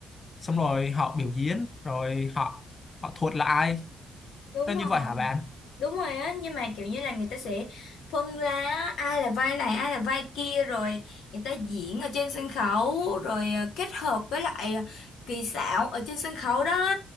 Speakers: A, on the left; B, on the left.
A: xong rồi họ biểu diễn rồi họ họ thuật là ai
B: đúng
A: nó như
B: rồi.
A: vậy hả bạn
B: đúng rồi á nhưng mà kiểu như là người ta sẽ phân ra á, ai là vai này ai là vai kia rồi người ta diễn ở trên sân khấu rồi ờ, kết hợp với lại ờ, kỹ xảo ở trên sân khấu đó